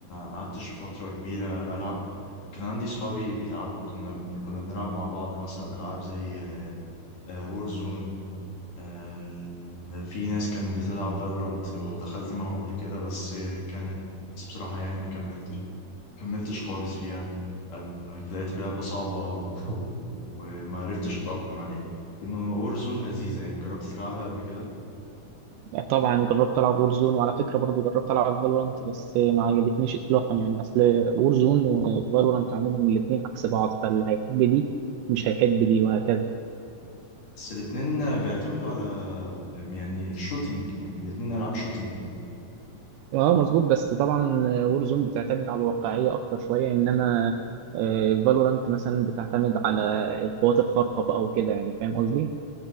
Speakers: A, on the left (about 55°); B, on the right (about 80°).
A: قعدتش فتره كبيره العب يمكن عندي صحابي بيلعبوا كنا كنا بنلعب مع بعض مثلا العاب زي وورزون آه، في ناس كانت بتلعب فالورانت ودخلت معاهم قبل كده بس كانت بصراحة يعني ما كملتش ما كملتش خالص فيها آه، لقيتها لعبة صعبة و- <laughs> وما عرفتش أتأقلم عليها إنه وورزون لذيذة يعني جربت تلعبها قبل كده
B: لا طبعا جربت العب وورزون وعلى فكره برضو جربت العب فالورانت بس ما عجبتنيش اطلاقا يعني اصل وورزون وفالورانت عموما الاثنين عكس بعض فاللي هيحب دي مش هيحب دي وهكذا
A: بس الاتنين بيعتمدوا على يعني الشوتينج يعني الاتنين ألعاب شوتينج
B: اه مظبوط بس طبعا وورزون بتعتمد على الواقعيه اكتر شويه انما فالورانت مثلا بتعتمد على القوات الخارقه بقى وكده يعني فاهم قصدي